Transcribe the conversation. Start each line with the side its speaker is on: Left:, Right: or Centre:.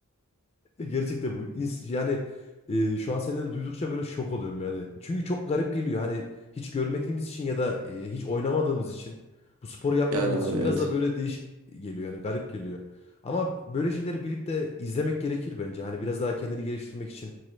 Left: Gerçekten bu ins- yani e, şu an senden duydukça böyle şok oluyorum yani. Çünkü çok garip geliyor hani hiç görmediğimiz için ya da e, hiç oynamadığımız için bu sporu yapmadığımız
Right: Yani abi
Left: için
Right: evet.
Left: biraz da böyle değişik geliyor yani garip geliyor. Ama böyle şeyleri bilip de izlemek gerekir bence. Hani biraz daha kendini geliştirmek için